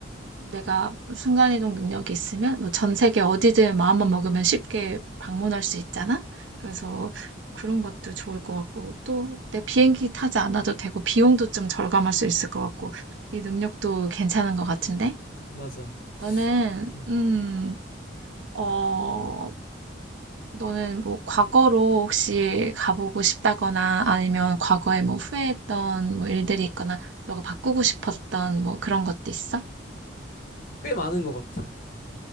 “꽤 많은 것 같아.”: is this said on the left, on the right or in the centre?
Left